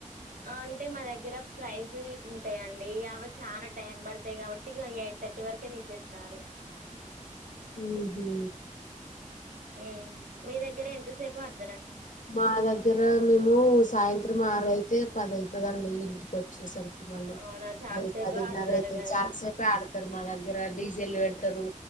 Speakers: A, on the right; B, on the left.
A: ఆ అంటే మా దగ్గర ప్రైజ ఇ ఉంటాయిండి అవి చానా టైం పడతాయి కాబట్టి ఇగ ఎయిట్ థర్టీ వరకే తీసేస్తారు
B: ఉహు
A: ఉ మీ దగ్గర ఎంతసేపు ఆడ్
B: మా దగ్గర మేము సాయంత్రం ఆరు అయితే పద అయితదండి ఇంటికి వచ్చేసరికి మళ్
A: అవునా చానా
B: పది
A: సేపు
B: పదిన్నర
A: ఆడతారు
B: అయితే
A: కదా
B: చాల సేపు ఆడతారు మా దగ్గర డీజెల్ తారు